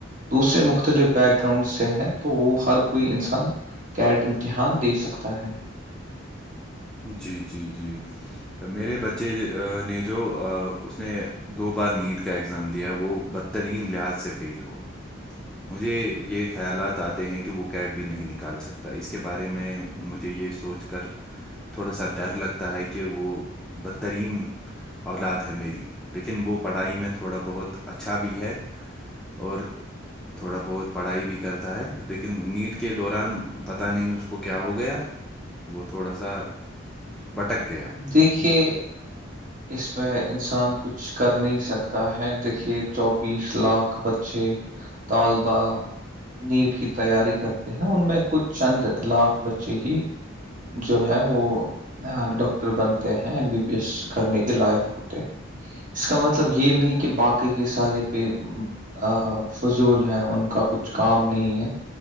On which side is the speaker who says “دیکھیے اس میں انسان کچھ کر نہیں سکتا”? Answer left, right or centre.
Right